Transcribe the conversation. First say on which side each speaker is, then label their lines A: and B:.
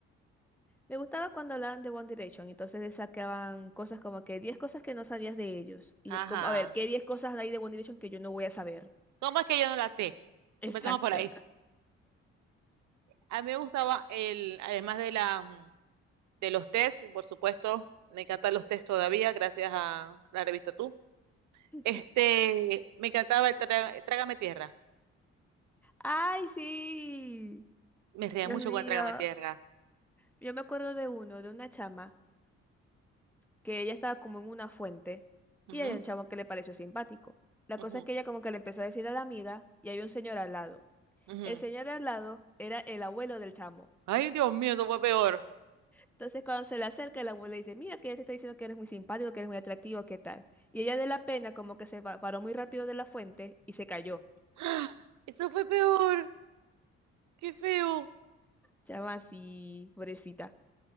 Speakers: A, in the centre; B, on the right.
A: Me gustaba cuando hablaban de One Direction, entonces le sacaban cosas como que 10 cosas que no sabías de ellos. Y yo
B: Ajá.
A: como, a ver, ¿qué 10 cosas hay de One Direction que yo no voy a saber?
B: ¿Cómo es que yo no la sé?
A: Exacto.
B: Empecemos por ahí. A mí me gustaba el, además de la, mm, de los test, por supuesto, me encantan los test todavía, gracias a la revista Tú.
A: <laughs>
B: Este, me encantaba el tra- Trágame Tierra.
A: ¡Ay, sí!
B: Me reía
A: Dios
B: mucho
A: mío.
B: con el Trágame Tierra.
A: Yo me acuerdo de uno, de una chama, que ella estaba como en una fuente
B: Ujú,
A: y había un chamo que le pareció simpático. La
B: ujú,
A: cosa es que ella como que le empezó a decir a la amiga y había un señor al lado.
B: ujú.
A: El señor al lado era el abuelo del chamo.
B: Ay, Dios mío, eso fue peor.
A: Entonces, cuando se le acerca, la abuela le dice, mira, que ella te está diciendo que eres muy simpático, que eres muy atractivo, ¿qué tal? Y ella de la pena como que se va- paró muy rápido de la fuente y se cayó.
B: <gasps> ¡Ah! Eso fue peor. Qué feo.
A: Chama así, pobrecita.